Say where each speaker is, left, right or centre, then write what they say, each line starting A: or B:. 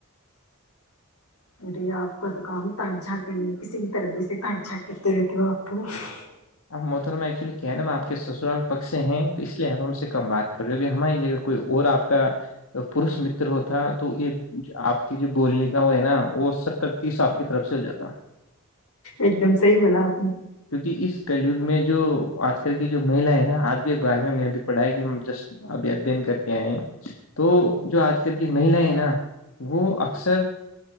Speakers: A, on the left; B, on the left.
A: اری آپ <unintelligible> کت کا میں تن جھا کےی <unintelligible> کسی بھی طرح سے ت <unintelligible> چ کتے رہیتے آپ کو <unintelligible>
B: آپ محتر میں ایکچولی کیا ہے نا میں آپ کے سسرال پکش سے ہیں تو اس لیے آپ ہم سے کمات <unintelligible> کبھی ہماری جگہ کوئی اور آپ کا پوروش متر ہوتا تو یہ آپ کے جو بولنے کا وہ ہے نا وہ ستر تیس آپ کی طرف سے ہو جاتا
A: ایک دم صحیح بولا آپ نے
B: کیوکی اس کلگ میں جو آج کل کی جو ماہلائے ہے نا آج بھی ایک بار میں میں بھی پڑھائی جس ادھین کر کے آئے <unintelligible> تو جو آج کل کی مہیلا ہیں نا وہ اکثر